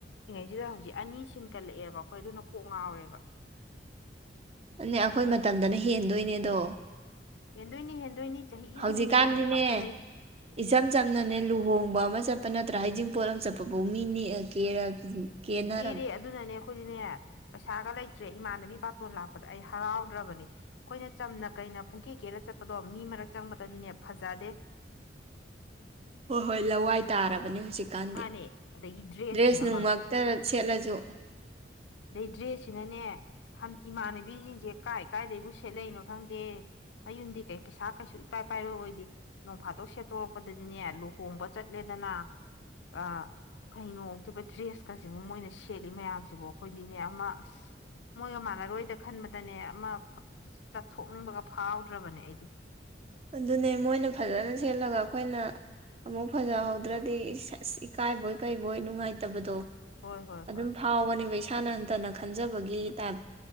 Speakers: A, on the left; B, on the right.
A: ꯁꯤꯗ ꯍꯧꯖꯤꯛ ꯑꯅꯤ ꯁꯤꯟꯀꯠꯂꯛꯑꯦꯕ ꯑꯩꯈꯣꯏ ꯑꯗꯨꯅ ꯀꯣꯛ ꯉꯥꯎꯔꯦꯕ
B: ꯅꯦ ꯑꯩꯈꯣꯏ ꯃꯇꯝꯗꯅ ꯍꯦꯟꯗꯣꯏꯅꯦꯗꯣ
A: ꯍꯦꯟꯗꯣꯏꯅꯤ ꯍꯦꯟꯗꯣꯏꯅꯤ ꯆꯍꯤ
B: ꯍꯧꯖꯤꯛꯀꯥꯟꯗꯤꯅꯦ
A: ꯈꯨꯗꯤꯡꯒꯤꯅꯤ ꯍꯧꯖꯤꯛ ꯍꯥꯞꯀꯠꯂꯛꯏꯁꯦ
B: ꯏꯆꯝ ꯆꯝꯅꯅꯦ ꯂꯨꯍꯣꯡꯕ ꯑꯃ ꯆꯠꯄ ꯅꯠꯇ꯭ꯔꯥ ꯍꯩꯖꯤꯡ ꯄꯣꯠꯂꯝ ꯆꯠꯄꯐꯥꯎ ꯃꯤꯅꯤ ꯀꯦꯔ ꯀꯦꯅꯔꯝꯃꯤ
A: ꯑꯦꯔꯦ ꯑꯗꯨꯅꯅꯦ ꯑꯩꯈꯣꯏꯗꯤꯅꯦ ꯄꯩꯁꯥꯒ ꯂꯩꯇ꯭ꯔꯦ ꯏꯃꯥꯟꯅꯕꯤ ꯕꯥꯇꯣꯟ ꯂꯥꯛꯄꯗ ꯑꯩ ꯍꯔꯥꯎꯗ꯭ꯔꯕꯅꯤ ꯑꯩꯈꯣꯏꯅ ꯆꯝꯅ ꯀ ꯑꯩꯅ ꯄꯨꯡꯀꯤ ꯀꯦꯔ ꯆꯠꯄꯗꯣ ꯃꯤ ꯃꯔꯛ ꯆꯪꯕꯗꯗꯤꯅꯦ ꯐꯖꯗꯦ
B: ꯍꯣꯏ ꯍꯣꯏ ꯂꯋꯥꯏ ꯇꯥꯔꯕ ꯅꯤ ꯍꯧꯖꯤꯛꯀꯥꯟꯗꯤ
A: ꯃꯥꯅꯦ ꯑꯗꯒꯤ ꯗ꯭ꯔꯦꯁꯁꯤꯅ
B: ꯗ꯭ꯔꯦꯁ ꯅꯨꯡꯃꯛꯇ ꯁꯦꯠꯂꯁꯨ
A: ꯗꯗ꯭ꯦꯁ ꯁꯤꯅꯅꯦ ꯏꯃꯥꯟꯅꯕꯤꯁꯤꯡꯁꯦ ꯀꯥꯏ ꯀꯥꯏꯗꯩꯕꯨ ꯁꯦꯠꯂꯛꯏꯅꯣ ꯈꯪꯗꯦ ꯑꯩ ꯌꯨꯝꯗꯤ ꯀꯩ ꯄꯩꯁꯥ ꯀꯩꯁꯨ ꯏꯄꯥꯏ ꯄꯥꯏꯕ ꯑꯣꯏꯗꯦ ꯅꯣꯡ ꯐꯥꯠꯇꯣꯛ ꯁꯦꯠꯇꯣꯔꯛꯄꯗꯗꯤꯅꯦ ꯂꯨꯍꯣꯡꯕ ꯆꯠꯂꯦꯗꯅ ꯑꯥ ꯀꯩꯅꯣꯝꯇꯣꯏꯕ ꯗ꯭ꯔꯦꯁꯀꯁꯤꯕꯨ ꯃꯣꯏꯅ ꯁꯦꯠꯂꯤ ꯃꯌꯥꯝꯁꯤꯕꯨ ꯑꯩꯈꯣꯏꯗꯤꯅꯦ ꯑꯃ ꯑꯁ ꯃꯣꯏꯒ ꯃꯥꯟꯅꯔꯣꯏꯗ ꯈꯟꯕꯗꯅꯦ ꯑꯃ ꯆꯠꯊꯣꯛꯅꯤꯡꯕꯒ ꯐꯥꯎꯗ꯭ꯔꯕꯅꯦ ꯑꯩꯗꯤ
B: ꯑꯗꯨꯅꯦ ꯃꯣꯏꯅ ꯐꯖꯅ ꯁꯦꯠꯂꯒ ꯑꯩꯈꯣꯏꯅ ꯑꯃꯨꯛ ꯐꯖꯍꯧꯗ꯭ꯔꯗꯤ ꯑꯁ ꯏꯀꯥꯏꯕꯣꯏ ꯀꯩꯕꯣꯏ ꯅꯨꯡꯉꯥꯏꯇꯕꯗꯣ
A: ꯍꯣꯏ ꯍꯣꯏ
B: ꯑꯗꯨꯝ
A: ꯍꯣꯏ
B: ꯐꯥꯎꯕꯅꯦꯕ ꯏꯁꯥꯅ ꯍꯟꯇꯅ ꯈꯟꯖꯕꯒꯤ ꯇꯥꯏꯞ